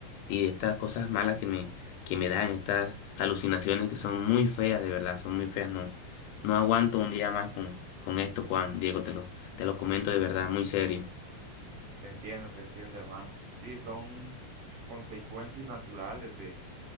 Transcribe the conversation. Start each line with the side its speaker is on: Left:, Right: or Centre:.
Left: y de estas cosas malas que me que me dan estas alucinaciones que son muy feas de verdad, son muy feas, no no aguanto un día más con con esto, Juan, Diego, te lo te lo comento de verdad, muy serio.
Right: Te entiendo, te entiendo, hermano. Sí, son consecuencias naturales de,